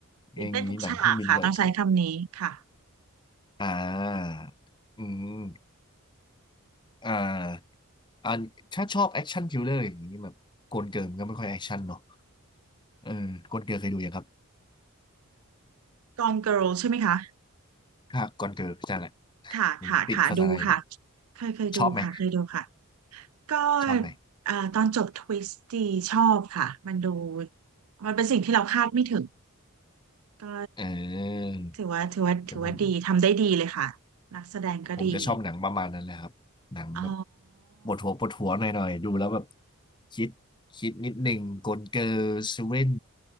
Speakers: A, on the right; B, on the left.
A: ตื่นเต้นทุกฉากค่ะต้องใช้คำนี้ค่ะ
B: อย่างนี้หนังเครื่องบินแบบึ้นอ่าอืมอ่าอันถ้าชอบแอคชั่นคิลเลอร์อย่างนี้แบบโกนเกิร์ลมันก็ไม่ค่อยแอคชั่นเนาะเออโกนเกิร์ลเคยดูยังครับ
A: Gone Girl ใช่ไหมคะ
B: ค่ะก่อนเกิร์ลใช่แหละ
A: ค่ะค่ะค่ะดูค่ะ
B: ผมติดภาษาไทยนี่
A: เคยเคยดูค่ะเคยดูค่ะ
B: ชอบไหม
A: ก็
B: ชอบไหม
A: เอ่อตอนจบทวิสต์ดีชอบค่ะมันดูมันเป็นสิ่งที่เราคาดไม่ถึงก็
B: เออ
A: ถือว่าถือว่าถือว่าดีทำได้ดีเลยค่ะนักแสดงก็ดี
B: เดี๋ยวผมผมจะชอบหนังประมาณนั้นแหละครับหนังแบบ
A: อ๋อ
B: ปวดหัวปวดหัวหน่อยๆดูแล้วแบบคิดคิดนิดหนึ่งกลเกอร์เซเว่น